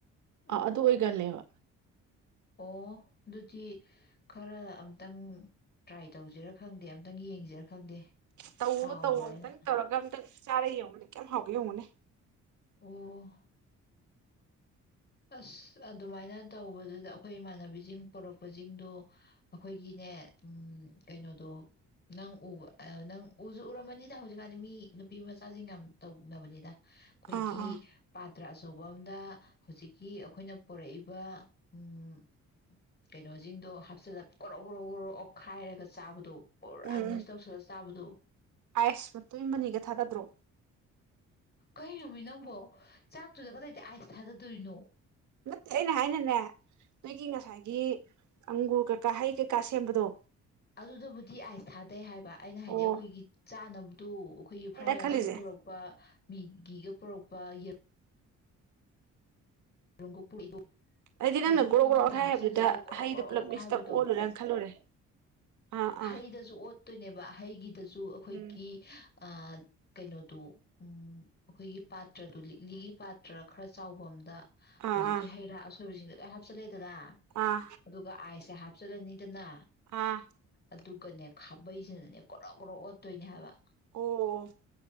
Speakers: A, on the left (about 35°); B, on the right (about 75°).
A: ꯎꯝ
B: ꯑꯥ ꯑꯗꯨ ꯑꯣꯏꯒꯅꯦꯕ
A: ꯑꯣ ꯑꯗꯨꯗꯤ ꯈꯔ ꯑꯝꯇꯪ ꯇ꯭ꯔꯥꯏ ꯇꯧꯁꯤꯔ ꯈꯪꯗꯦ ꯑꯝꯇꯪ ꯌꯦꯡꯖꯔ ꯈꯪꯗꯦ
B: ꯇꯧ
A: ꯍꯥꯎꯕ꯭ꯔꯥ
B: ꯇꯧ
A: ꯍꯥꯏꯅ
B: ꯑꯇꯪ ꯇꯧꯔꯒꯝ ꯇꯪ ꯆꯥꯔ ꯌꯦꯡꯉꯨꯅꯦ ꯀꯌꯥꯝ ꯍꯥꯎꯒꯦ ꯌꯦꯡꯉꯨꯅꯦ
A: ꯎꯝ ꯑꯁ ꯑꯗꯨꯃꯥꯏꯅ ꯇꯧꯕꯗꯨꯗ ꯑꯩꯈꯣꯏ ꯏꯃꯥꯟꯅꯕꯤꯖꯤꯡ ꯄꯣꯔꯛꯄꯖꯤꯡꯗꯣ ꯑꯩꯈꯣꯏꯒꯤꯅꯦ ꯎꯝ ꯀꯩꯅꯣꯗꯣ ꯅꯪ ꯎꯕ ꯅꯪ ꯎꯖꯨ ꯎꯔꯃꯅꯤꯗ ꯍꯧꯖꯤꯛꯀꯥꯟꯗꯤ ꯃꯤ ꯅꯨꯄꯤ ꯃꯆꯥꯖꯤꯡ ꯌꯥꯝ ꯇꯧꯅꯕꯅꯤꯗ ꯈꯣꯏꯒꯤ
B: ꯑꯥ ꯑꯥ
A: ꯄꯥꯠ ꯇ꯭ꯔ ꯑꯆꯧꯕ ꯑꯝꯗ ꯍꯧꯖꯤꯛꯀꯤ ꯑꯩꯈꯣꯏꯅ ꯄꯣꯔꯛꯏꯕ ꯎꯝ ꯀꯩꯅꯣꯖꯤꯡꯗꯣ ꯍꯥꯞꯆꯤꯜꯂ ꯀꯣꯔꯣ ꯒꯣꯔꯣ ꯒꯣꯔꯣ ꯑꯣꯈꯥꯏꯔꯒ ꯆꯥꯕꯗꯣ ꯄꯨꯔꯥ
B: ꯎꯝ
A: ꯃꯤꯛꯁ
B: ꯎꯝ
A: ꯇꯧꯁꯤꯜꯂꯁ ꯆꯥꯕꯗꯣ
B: ꯑꯥꯏꯁ ꯃꯇꯨꯝ ꯑꯃꯅꯤꯒ ꯊꯥꯗꯗ꯭ꯔꯣ
A: ꯀꯔꯤꯅꯣꯃꯤ ꯅꯪꯕꯣ ꯆꯥꯛꯇꯨꯗ ꯀꯗꯥꯏꯗꯗꯩ ꯑꯥꯏꯁ ꯊꯥꯗꯗꯣꯏꯅꯣ
B: ꯇꯦ ꯑꯩꯅ ꯍꯥꯏꯅꯅꯦ ꯅꯣꯏꯒꯤ ꯉꯁꯥꯏꯒꯤ ꯑꯪꯒꯨꯔ ꯀꯩꯀꯥ ꯍꯩ ꯀꯩꯀꯥ ꯁꯦꯝꯕꯗꯣ
A: ꯑꯗꯨꯗꯕꯨꯗꯤ ꯑꯥꯏꯁ ꯊꯥꯗꯩ ꯍꯥꯏꯕ ꯑꯩꯅ ꯍꯥꯏꯗꯤ
B: ꯑꯣ
A: ꯑꯩꯈꯣꯏꯒꯤ ꯆꯥꯅꯕꯗꯣ ꯑꯩꯈꯣꯏꯒꯤ
B: ꯑꯩꯅ
A: ꯐ꯭ꯔꯥꯏ ꯔꯥꯏꯁꯀ
B: ꯈꯜꯂꯤꯁꯦ
A: ꯄꯨꯔꯛꯄ ꯃꯤꯒꯤꯒ ꯄꯨꯔꯛꯄ ꯌꯦꯔꯨ ꯒꯣꯄꯨꯏꯗꯣ
B: ꯑꯩꯗꯤ ꯅꯪꯅ
A: ꯑꯗꯨ
B: ꯒ꯭ꯔꯣꯛ
A: ꯀꯣꯟ
B: ꯒ꯭ꯔꯣꯛ
A: ꯑꯝꯗ
B: ꯈꯥꯏ
A: ꯍꯥꯞꯆꯜꯂꯒ
B: ꯍꯥꯏꯕꯗꯨꯗ
A: ꯀꯣꯔꯣ
B: ꯍꯩꯗꯣ
A: ꯒꯣꯔꯣ
B: ꯄꯨꯂꯞ
A: ꯑꯣꯈꯥꯏꯕꯗꯣ
B: ꯃꯤꯛꯁꯇ ꯑꯣꯜꯂꯨꯔꯅ ꯈꯜꯂꯨꯔꯦ ꯑꯥ
A: ꯍꯩꯗꯁꯨ
B: ꯑꯥ
A: ꯑꯣꯠꯇꯣꯏꯅꯦꯕ ꯍꯩꯒꯤꯗꯁꯨ ꯑꯩꯈꯣꯏꯒꯤ
B: ꯎꯝ
A: ꯑ ꯑꯥ ꯀꯩꯅꯣꯗꯣ ꯎꯝ ꯑꯈꯣꯏꯒꯤ ꯄꯥꯇ꯭ꯔꯗꯨ ꯂꯤꯛꯂꯤꯒꯤ ꯄꯥꯇ꯭ꯔ ꯈꯔ ꯆꯥꯎꯕ ꯑꯝꯗ
B: ꯑꯥ
A: ꯍꯧꯖꯤꯛꯀꯤ
B: ꯑꯥ
A: ꯍꯩꯔꯥ ꯑꯁꯣꯏ ꯕꯖꯤꯡꯗꯣ ꯂꯣꯏ ꯍꯥꯞꯆꯜꯂꯦ ꯗꯅ
B: ꯑꯥ
A: ꯑꯗꯨꯒ ꯑꯥꯏꯁꯁꯦ ꯍꯥꯞꯆꯜꯂꯅꯤꯗꯅ
B: ꯑꯥ
A: ꯑꯗꯨꯒꯅꯦ ꯈꯥꯕꯩꯖꯤꯅꯅꯦ ꯒꯣꯔꯣ ꯒꯣꯔꯣ ꯑꯣꯠꯇꯣꯏꯅꯦ ꯍꯥꯏꯕ
B: ꯑꯣ